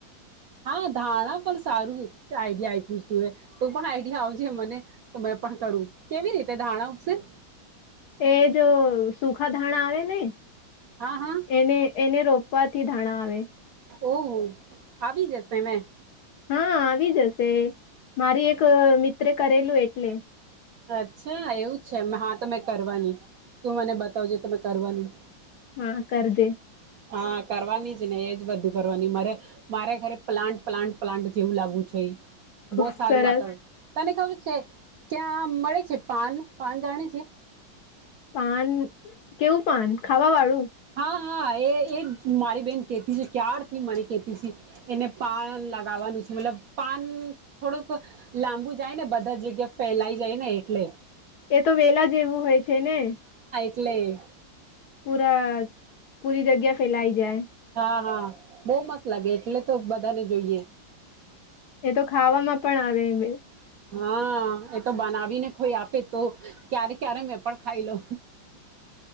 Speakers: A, on the right; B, on the left.
A: હા ધાણા પણ સારું આઈડિયા <unintelligible> તો પણ આઈડિયા આવજે મને તો મે પણ કરું કેવી રીતે ધાણા ઉપગસે
B: એ જો સુખા ધાણા આવે ને
A: હા હા
B: એને એને રોપવાથી ધાણા આવે
A: ઓહ આવી જશેને
B: હા આવી જશે મારી એક મિત્ર કરેલું એટલે
A: અચ્છા એવું છે હા તો મેં કરવાની તું મને બતાવજે તોમે કરવાની
B: હા કર જે
A: હા કરવાની જ ને એજ બધું કરવાની મારે મારે ઘરે પ્લાન્ટ પ્લાન્ટ પ્લાન્ટ જેવું લાગવું જોઈએ
B: ખુબ
A: બો સારું
B: સરસ
A: વાતાવરણ તને ખબર છે ક્યા મળે છે પાન પાન જાણે છે
B: પાન કેવું પાન ખાવા વાળું
A: હા હા એ એ જ મારી બેહેન કેતી છે ક્યારથી મારી કેતી છે એને પાન લગાવવાનું છે મતલબ પાન થોડુંક લાંબુ જાય ને બધા જગ્યા ફેલાઈ જાય ને એટલે
B: એ તો વેલા જેવું હોય છે ને
A: <unintelligible>
B: પૂરા પૂરી જગ્યા ફેલાઈ જાય
A: હા હા બો મસ્ત લાગે એટલે તો બધાને જોઈએ
B: એ તો ખાવામાં પણ આવે બે
A: હા એ તો બનાવીને કોઈ આપે તો ક્યારે ક્યારે મેં પણ ખાઈ લઉ